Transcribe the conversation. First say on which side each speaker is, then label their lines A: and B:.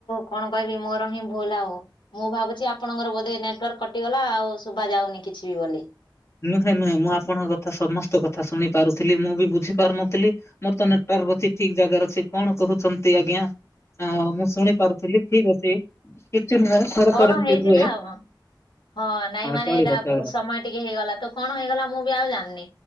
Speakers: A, on the left; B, on the left.
A: କଣ କହିବି ମୋର ହିଁ ଭୁଲ ଆଉ। ମୁଁ ଭାବୁଛି ଆପଣଙ୍କର ବୋଧେ ନେଟୱାର୍କ କଟିଗଲା ଆଉ ଶୁଭା ଯାଉନି କିଛିି ବି ବୋଲି।
B: ନୁହେଁ ନୁହେଁ ମୁଁ ଆପଣଙ୍କ କଥା ସମସ୍ତ କଥା ଶୁଣି ପାରୁଥିଲି ମୁଁ ବି ବୁଝି ପାରୁନଥିଲି ମୋର ତ ନେଟୱାର୍କର ଅଛି ଠିକ ଜାଗାରେ ଅଛି କଣ କହୁଚନ୍ତି ଆଜ୍ଞା? ହଁ ମୁଁ ଶୁଣି ପାରୁଥିଲି। ଠିକ୍ ଅଛି କିଛି ନୁହେଁ। ଥରେ
A: କଣ
B: ଥରେ ଏମିତି
A: ହେଇଥିଲା
B: ହୁଏ।
A: ଆଉ ହଁ ନାଇଁ ମାନେ
B: ଚଳିବ
A: ଏଇଟା
B: ଚଳିବ
A: ବୋହୁତ ସମୟ ଟିକେ ହେଇଗଲା ତ କଣ ହେଇଗଲା ମୁଁ ବି ଆଉ ଜାଣିନି।